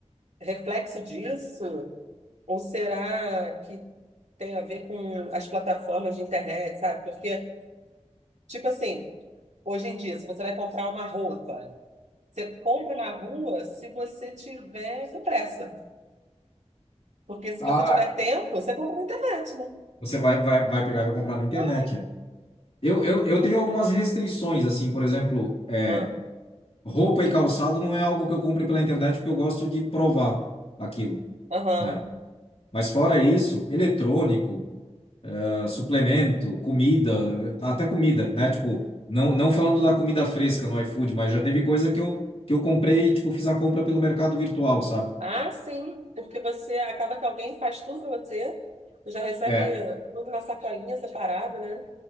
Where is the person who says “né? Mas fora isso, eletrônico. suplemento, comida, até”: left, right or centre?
Left